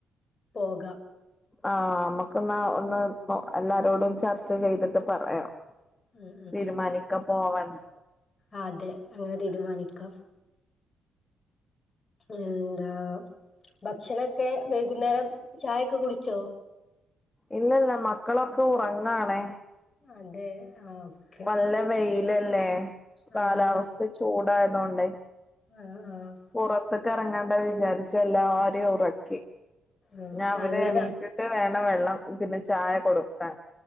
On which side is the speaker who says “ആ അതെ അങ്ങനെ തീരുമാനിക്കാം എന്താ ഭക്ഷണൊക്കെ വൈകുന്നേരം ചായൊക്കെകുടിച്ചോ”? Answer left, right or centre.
Left